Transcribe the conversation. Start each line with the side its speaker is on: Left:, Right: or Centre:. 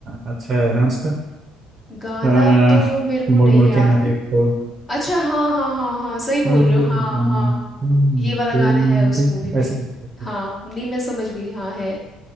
Right: अच्छा है ना उसका
Left: गाना
Right: आ,
Left: तो मेरे
Right: मुड़
Left: को नहीं
Right: मुड़
Left: याद
Right: के ना देखो
Left: अच्छा हाँ हाँ हाँ हाँ सही बोल
Right: और
Left: रहे
Right: ये
Left: हो हाँ
Right: गाना
Left: हाँ
Right: मुड़ मुड़
Left: ये वाला
Right: के
Left: गाना
Right: ना
Left: है उस
Right: देखो
Left: मूवी में
Right: ऐसे कुछ
Left: हाँ नहीं मैं समझ गई हाँ है